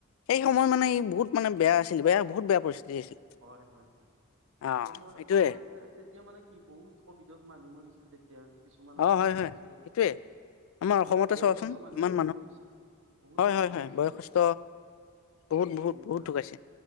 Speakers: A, on the left (about 70°); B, on the right (about 65°).
A: সেই
B: হয়
A: সময়ত মানে বহুত- মানে, বেয়া আছিল বেয়া বহুত বেয়া পৰিস্থিতি আছিল।
B: হয় হয় হয়
A: অ
B: আৰু মই
A: সেইটোয়ে
B: সময়ত, তেতিয়া মানে কি বহুত কভিডত মানুহ মৰিছিল। তেতিয়া কিছুমানৰ
A: অ হয়
B: হাত
A: হয়
B: এতেক
A: সেইটোয়ে আমাৰ
B: এতিয়া
A: অসমতে
B: বয়সস্থ
A: চোৱাচোন
B: মানুহ
A: ইমান
B: বহুত মৰিছে বহুত
A: হয়
B: মানুহ
A: হয় হয়
B: মৰিছে।
A: বয়সস্থ বহুত বহুত
B: তেনেকুৱা
A: বহুত বহুত ঢুকাইছে।